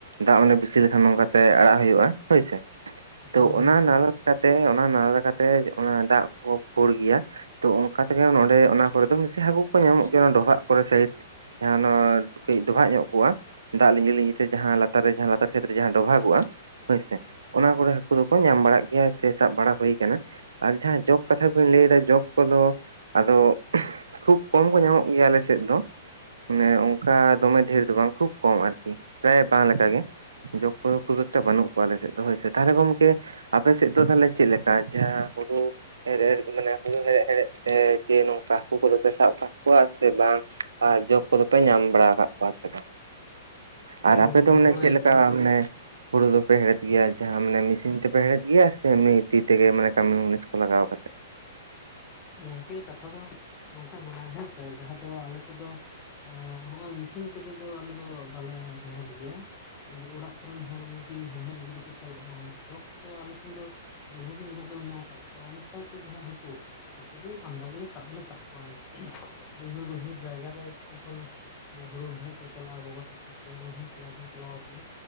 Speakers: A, on the right; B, on the left.
A: ᱫᱟᱜ ᱚᱸᱰᱮ ᱵᱮᱥᱤ ᱞᱮᱠᱷᱟᱱ ᱱᱚᱝᱠᱟ ᱛᱮ ᱟᱲᱟᱜ ᱦᱩᱭᱩᱜ-ᱟ ᱦᱳᱭ ᱥᱮ, ᱛᱚ
B: ᱦᱳᱭ ᱜᱚᱝ
A: ᱚᱱᱟ ᱱᱟᱞᱟᱼᱼ ᱠᱟᱛᱮ ᱚᱱᱟ ᱱᱟᱞᱟ ᱠᱟᱛᱮᱜ ᱚᱱᱟ ᱫᱟᱜ ᱠᱚ ᱯᱩᱲ ᱜᱮᱭᱟ᱾ ᱛᱚ ᱚᱱᱠᱟ ᱛᱮᱜᱮ ᱚᱱ ᱱᱚᱰᱮ ᱚᱱᱟ ᱠᱚᱨᱮ ᱫᱚ ᱵᱤᱥᱤ ᱦᱟᱠᱩ ᱠᱩ ᱧᱟᱢᱚᱜ ᱜᱮᱭᱟ ᱚᱱᱟ ᱰᱚᱵᱷᱟᱜ ᱠᱚᱨᱮ ᱥᱟᱭᱤᱰᱼᱼ ᱡᱟᱸᱦᱟᱸ <unintelligible> ᱠᱟᱹᱡ ᱰᱚᱵᱷᱟᱜ ᱧᱚᱜ ᱠᱚᱜ-ᱟ, ᱫᱟᱜ ᱞᱤᱧᱡᱤ ᱞᱤᱧᱡᱤ ᱛᱮ ᱡᱟᱦᱟᱸ ᱞᱟᱛᱟᱨ ᱨᱮ ᱡᱟᱦᱟᱸ ᱞᱟᱛᱟᱨ ᱠᱷᱮᱛ ᱨᱮ ᱡᱟᱸᱦᱟᱸ ᱰᱚᱵᱷᱟᱜᱚᱜ-ᱟ᱾ ᱦᱳᱭ ᱥᱮ, ᱚᱱᱟ ᱠᱚᱨᱮ ᱦᱟᱹᱠᱩ ᱫᱚᱠᱚ ᱧᱟᱢ ᱵᱟᱲᱟᱜ ᱜᱮᱭᱟ ᱥᱮ ᱥᱟᱵ ᱵᱟᱲᱟ ᱦᱩᱭ ᱠᱟᱱᱟ᱾ ᱟᱨ ᱡᱟᱸᱦᱟᱸ ᱡᱚᱸᱠ ᱠᱟᱛᱷᱟ ᱵᱮᱱ ᱞᱟᱹᱭ ᱮᱫᱟ ᱡᱚᱸᱠ ᱠᱚᱫᱚ ᱟᱫᱚ ᱠᱷᱩᱵ ᱠᱚᱢ ᱠᱚ ᱧᱟᱢᱚᱜ ᱜᱮᱭᱟ ᱟᱞᱮ ᱥᱮᱜ ᱫᱚ, ᱢᱟᱱᱮ ᱚᱝ ᱚᱱᱠᱟ ᱫᱚᱢᱮ ᱰᱷᱮᱨ ᱫᱚ ᱵᱟᱝ ᱠᱷᱩᱵ ᱠᱚᱢ ᱟᱨᱠᱤ ᱯᱨᱟᱭ ᱵᱟᱝ ᱞᱮᱠᱟ ᱜᱮ᱾ ᱡᱚᱸᱠ ᱠᱚᱫᱚ ᱠᱷᱩᱵ ᱮᱠᱴᱟ ᱵᱟᱹᱱᱩᱜ ᱠᱚᱣᱟ ᱟᱞᱮ ᱥᱮᱜ ᱫᱚ ᱦᱳᱭ ᱥᱮ, ᱛᱟᱦᱚᱞᱮ ᱜᱚᱢᱠᱮ ᱟᱯᱮ ᱥᱮᱫ ᱫᱚ ᱛᱟᱦᱚᱞᱮ ᱪᱮᱫ ᱞᱮᱠᱟ ᱡᱟᱸᱦᱟᱸ ᱦᱩᱲᱩ ᱦᱮᱲ ᱦᱮᱲ ᱢᱟᱱᱮ ᱦᱩᱲᱩ ᱦᱮᱲᱦᱮᱫ ᱦᱮᱲᱦᱮᱫ ᱛᱮ ᱡᱮ ᱱᱚᱝᱠᱟ ᱦᱟᱹᱠᱩ ᱠᱚᱫᱚ ᱯᱮ ᱥᱟᱵ ᱠᱟᱜ ᱠᱚᱣᱟ ᱥᱮ ᱵᱟᱝ᱾ ᱟᱨ ᱡᱚᱜ ᱠᱚᱫᱚ ᱯᱮ ᱧᱟᱢ ᱵᱟᱲᱟ ᱟᱠᱟᱫ ᱠᱚᱣᱟ ᱥᱮ ᱵᱟᱝ
B: ᱦᱳᱭ
A: ᱟᱨ
B: ᱜᱚᱝᱠᱮ
A: ᱟᱯᱮᱫ ᱫᱚ
B: ᱦᱚᱸᱜᱼᱚᱭ
A: ᱢᱟᱱᱮ ᱪᱮᱫ ᱞᱮᱠᱟ ᱢᱟᱱᱮ ᱦᱩᱲᱩ ᱫᱚᱯᱮ ᱦᱮᱲᱦᱮᱫ ᱜᱮᱭᱟ, ᱡᱟᱸᱦᱟ ᱢᱟᱱᱮ ᱢᱮᱥᱤᱱ ᱛᱮ ᱯᱮ ᱦᱮᱲᱦᱮᱫ ᱜᱮᱭᱟ ᱥᱮ ᱮᱢᱱᱤ ᱛᱤ ᱛᱮᱜᱮ ᱢᱟᱱᱮ ᱠᱟᱹᱢᱤ ᱢᱩᱱᱤᱥ ᱠᱚ ᱞᱟᱜᱟᱣ ᱠᱟᱛᱮ᱾
B: ᱜᱚᱝᱠᱮ ᱠᱟᱛᱷᱟ ᱫᱚ ᱱᱚᱝᱠᱟ ᱠᱟᱱᱟ ᱦᱮᱸᱥᱮ ᱡᱟᱸᱦᱟ ᱫᱚ ᱟᱞᱮ ᱥᱮᱫ ᱫᱚ ᱮ ᱦᱚᱸ ᱚᱭ ᱢᱮᱥᱤᱱ ᱠᱚᱛᱮ ᱫᱚ ᱟᱞᱮ ᱫᱚ ᱵᱟᱞᱮ ᱦᱮᱲᱦᱮᱫ ᱜᱮᱭᱟ᱾ ᱚᱲᱟᱜ ᱠᱚᱨᱮᱱ ᱦᱚᱲ ᱠᱚᱜᱮ ᱦᱮᱲᱦᱮᱫ ᱞᱟᱹᱜᱤᱫ ᱛᱮᱠᱚ ᱪᱟᱞᱟᱜᱼᱟ ᱟᱨ ᱡᱚᱠᱷ ᱠᱚᱫᱚ ᱟᱞᱮ ᱥᱮᱱ ᱫᱚ ᱫᱚᱢᱮ ᱜᱮ ᱢᱮᱱᱟᱜ ᱫᱚ ᱢᱮᱱᱟᱜ ᱟᱠᱟᱫ ᱠᱚᱣᱟ ᱚᱱᱟ ᱥᱟᱶᱛᱮ ᱡᱟᱸᱦᱟᱸ ᱦᱟᱹᱠᱩ ᱦᱟᱹᱠᱩ ᱫᱚ ᱟᱢᱫᱟ ᱜᱮᱞᱮ ᱥᱟᱵ ᱫᱚᱞᱮ ᱥᱟᱵ ᱠᱚᱣᱟ, ᱵᱟᱹᱭᱦᱟᱹᱲ ᱵᱟᱹᱭᱦᱟᱹᱲ ᱡᱟᱭᱜᱟᱨ ᱨᱮ ᱡᱚᱠᱷᱚᱱ ᱦᱩᱲᱩ ᱦᱮᱲᱦᱮᱫ ᱠᱚ ᱪᱟᱞᱟᱜᱼᱟ ᱜᱚᱜᱚ ᱛᱟᱠᱚ ᱥᱮ ᱤᱧ ᱦᱚᱸᱧ ᱪᱟᱞᱟᱣ ᱫᱚᱧ ᱪᱟᱞᱟᱣ ᱟᱠᱟᱱᱟ᱾